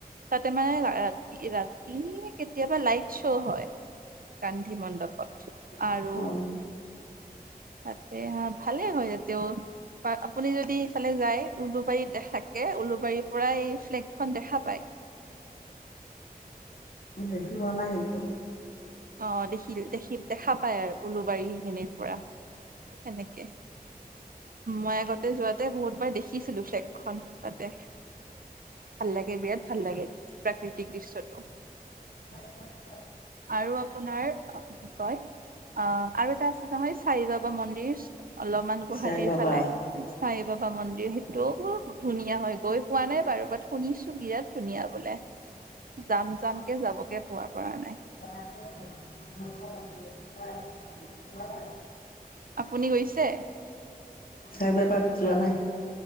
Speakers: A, on the right; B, on the left.
A: তাতে মানে ৰাতি-ৰাতি কেতিয়াবা লাইট শ্ব' হয়। গান্ধী মণ্ডপ। আৰু
B: অ',
A: তাতে হা, ভালে হয় তাতেও। বা আপুনি যদি ইফালে যায়, উলুবাৰীত থাকে। উলুবাৰীৰ পৰা এই ফ্লেগখন দেখা পায়।
B: দেখি পোৱা নাই কিন্তু।
A: অ' দেখিল দেখিল, দেখা পাই আৰু উলুবাৰী সেইখিনিৰ পৰা, সেনেকে। মই আগতে যোৱাত তে বহুতবাৰ দেখিছিলো ফ্লেগখন। তাতে। ভাল লাগে বিৰাট ভাল লাগে। প্ৰাকৃতিক দৃশ্যটো।
B: <unintelligible>
A: আৰু আপোনাৰ, কি কয় আ, আৰু এটা আছে নহয় ছাইবাবা মন্দিৰ। অলপমান গুৱাহাটীৰ
B: চাই বাবা
A: ফালে, ছাই বাবা মন্দিৰ সেইটো খুব ধুনীয়া হয় । গৈ পোৱা নাই বাৰু। বাট শুনিছো বিৰাট ধুনীয়া বোলে। যাম-যামকে যাবকে পোৱা-পৰা নাই।
B: <unintelligible>
A: আপুনি গৈছে?
B: ছাইবাবাত যোৱা নাই।